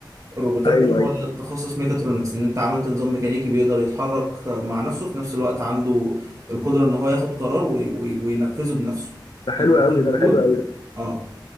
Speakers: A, on the right; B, on the left.
A: الروبوتات
B: ايوه
A: ده
B: ايوه
A: هو ده التخصص ميكاترونكس ان انت عملت نظام ميكانيكي بيقدر يتحرك آه، مع نفسه في نفس الوقت عنده القدرة ان هو ياخد قرار وي- وي- وينفذه بنفسه
B: ده حلو
A: انت كاتب
B: قوي ده
A: له
B: ده
A: كود
B: حلو
A: و-
B: قوي ده
A: اه